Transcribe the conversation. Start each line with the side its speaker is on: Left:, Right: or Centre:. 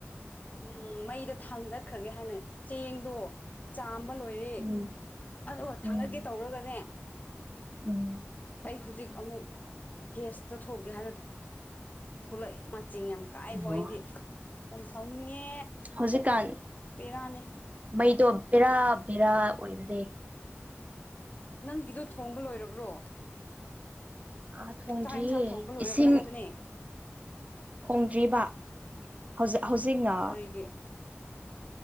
Left: ꯎꯝ ꯃꯩꯗ ꯊꯥꯡꯒꯠꯈ꯭ꯔꯒꯦ ꯍꯥꯏꯅ ꯆꯦꯡꯗꯣ ꯆꯥꯝꯕ ꯂꯣꯏꯔꯦ
Right: ꯎꯝ
Left: ꯑꯗꯨꯒ
Right: ꯎꯝ
Left: ꯊꯥꯡꯒꯠꯀꯦ ꯇꯧꯔꯒꯅꯦ
Right: ꯎꯝ
Left: ꯑꯩ ꯍꯧꯖꯤꯛ ꯑꯃꯨꯛ ꯒ꯭ꯌꯥꯁꯇ ꯊꯣꯛꯒꯦ ꯍꯥꯏꯅ ꯊꯣꯛꯂꯛꯑꯏ ꯆ ꯌꯥꯝ ꯀꯥꯏꯕ
Right: ꯑꯣ
Left: ꯑꯩꯗꯤ ꯌꯥꯝ ꯁꯥꯎꯅꯤꯡꯉꯦ
Right: ꯍꯧꯖꯤꯛꯀꯥꯟ
Left: ꯕꯕꯤꯔꯥꯅꯤ
Right: ꯃꯩꯗꯣ ꯕꯦꯔꯥ ꯕꯦꯔꯥ ꯑꯣꯏꯕꯅꯦ
Left: ꯅꯪꯒꯤꯗꯣ ꯊꯣꯡꯕ ꯂꯣꯏꯔꯕ꯭ꯔꯣ
Right: ꯑꯥ ꯊꯣꯡꯗ꯭ꯔꯤꯌꯦ
Left: ꯆꯥꯛ ꯌꯦꯟꯁꯥꯡ ꯊꯣꯡꯕ ꯂꯣꯏꯔꯕ꯭ꯔꯥ
Right: ꯏꯁꯤꯡ
Left: ꯍꯥꯏꯕꯅꯦ
Right: ꯍꯣꯡꯗ꯭ꯔꯤꯕ ꯍꯧꯖꯤ ꯍꯧꯖꯤꯛꯅ
Left: ꯀꯔꯤꯒꯤ